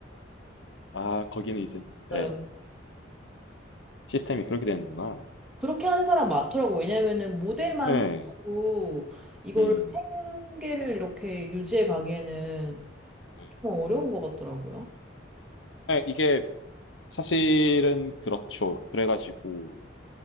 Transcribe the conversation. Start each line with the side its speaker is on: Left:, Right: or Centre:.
Left: 아, 거기는 이제,
Centre: 쌓였어요.
Left: 예, 시스템이 그렇게 되는구나.
Centre: 그렇게 하는 사람 많더라고. 왜냐면은 모델만
Left: 예,
Centre: 해가지고 이거를
Left: 음.
Centre: 생계를 이렇게 유지해 가기에는
Left: 예.
Centre: 좀 어려운 것 같더라고요.
Left: 네, 이게 사실은 그렇죠. 그래가지고